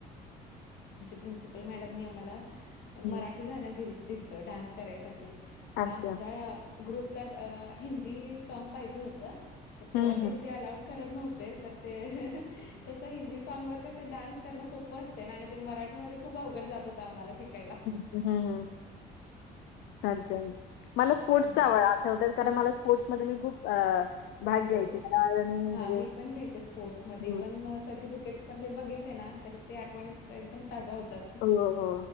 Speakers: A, on the left; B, on the left.
A: प्रिन्सिपल मॅड आम्हा
B: हं.
A: मरा ठी गाणं ग दिलत डान्स करायसाठी पण
B: अच्छा.
A: आमच्या ग्रुपला हिंदी सॉग पाहिजे होत तर तेव्हा
B: हं,
A: त्यांनी
B: हं.
A: ते अलाउड करत नव्हते तर ते कस हिंदी सॉग वर कस डान्स करणं सोपं असते ना आणि ते मराठी हिंदी मध्ये खूप अवघड जात होत आम्हाला शिकायला.
B: हम्म हम् आच्या मला स्पोर्ट्सच्या
A: हम्म.
B: आवड कारण मला स्पोर्ट्समध्ये मी खूप भाग
A: हो
B: घ्यायची. मला रनिंग
A: हा
B: म्हणजे
A: मी पण घ्यायचे स्पोर्ट्समध्ये
B: हं.
A: इव्हन सर्टिफिकेट पण ते बघितले ना तर ते आठवणी एकदम ताज्या होतात.
B: हो हो